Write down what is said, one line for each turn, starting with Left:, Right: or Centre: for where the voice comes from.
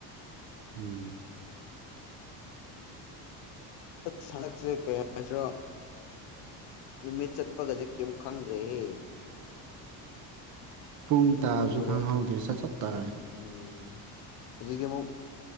Right: ꯎꯝ
Left: ꯑ ꯁꯟꯗꯛꯁꯦ ꯀꯩ ꯍꯥꯏꯁꯤ꯭ꯔꯣ ꯅꯨꯃꯤꯠ ꯆꯠꯄꯒꯁꯦ ꯀꯩꯝ ꯈꯪꯗ꯭ꯔꯦꯍꯦ
Right: ꯄꯨꯡ ꯇꯥꯕꯁꯨ
Left: ꯊꯨꯔꯦ
Right: ꯈꯪꯍꯧꯗꯦ ꯁꯠ ꯆꯠ ꯇꯥꯏ
Left: ꯎꯝ ꯍꯧꯖꯤꯛꯀꯦ ꯑꯃꯨꯛ